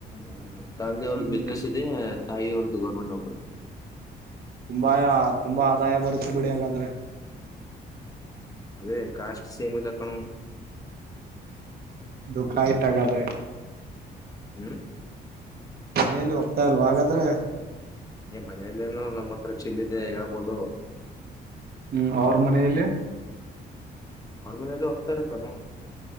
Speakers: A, on the left (about 20°); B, on the right (about 60°).
A: ಅ ತಂದೆ ಅವ್ರದ
B: ಹ್ಮ್
A: ಬಿಸ್ನೆಸ್ ಇದೆ ತಾಯಿ ಅವ್ರದು ಗೌರ್ಮೆಂಟ್ ನೌಕ್ರಿ.
B: ತುಂಬಾಯ ತುಂಬಾ ಆದಾಯ ಬರುತ್ತೆ ಬಿಡಿ ಹಾಗಾದ್ರೆ.
A: ಅದೇ ಕಾಸ್ಟ್ ಸೇಮ್ ಇಲ್ಲ ಕಣೋ.
B: ದುಕ್ಕಾ ಹಾಗಾದ್ರೆ.
A: ಹ್ಮ್
B: ಮನೆಯಲ್ಲ ಒಪ್ಪತ ಇಲ್ವಾ ಹಾಗಾದ್ರೆ?
A: ಏ ಮನಲ್ಲೇನು ನಮ್ಮ ಹತ್ರ ಚಿಲ್ಲ್ ಇದೆ ಹೇಳ್ಬೋದು.
B: ಹ್ಮ್ ಅವ್ರ ಮನೆಯಲ್ಲಿ?
A: ಅವರ್ ಮನೆಲ್ಲಿ ಒಪ್ಪತ್ತಾರೆ ತಗೋ